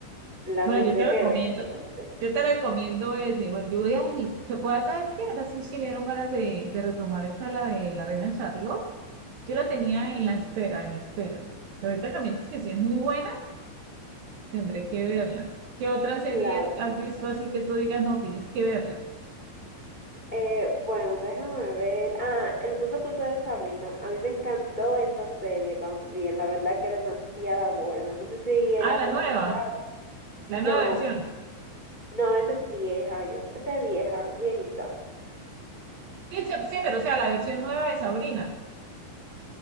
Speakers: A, on the left; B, on the right.
A: La
B: Bueno,
A: tendré
B: yo te
A: que
B: recomiendo,
A: ver entonces.
B: yo te recomiendo ese. Bueno, yo voy a revisar, voy a- ¿sabes qué? Ahora sí sí me dieron ganas de, de retomar esa, la de la Reina Charlotte. Yo la tenía en la espera, en la espera. Pero ahorita también es que sí es muy buena, tendré que verla. ¿Qué otra serie
A: Claro,
B: has
A: claro.
B: visto así que tú digas, no, tienes que verla?
A: Eh, bueno, déjame ver. Ah, El mundo oculto de Sabrina. A mí me encantó esa serie también. La verdad que demasiada buena. No sé si él
B: Ah,
A: has
B: la
A: escuchado.
B: nueva. La
A: No,
B: nueva versión.
A: no, esa es vieja. Yo, esa es vieja, viejita.
B: Sí, sí, sí, pero o sea, la versión nueva de Sabrina,